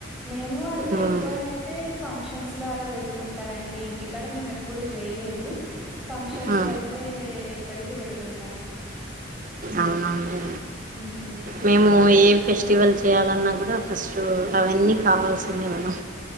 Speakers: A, in the centre; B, on the right (about 40°).
A: మేము అది
B: ఉమ్,
A: ఎక్కువనైతే ఫంక్షన్స్ ఇంట్లో అలా పెడుతుంటారండి ఇంటికాడ మేము ఎప్పుడు జేయలేదు ఫంక్షన్స్
B: ఆ,
A: లో అయితే ఎప్పటికి పెడుతుంటాం
B: అవున అండి
A: హ్మ్. హ్మ్.
B: మేము ఏ ఫెస్టివల్ చేయాలన్నా కూడా ఫస్ట్ అవన్నీ కావాల్సిందివి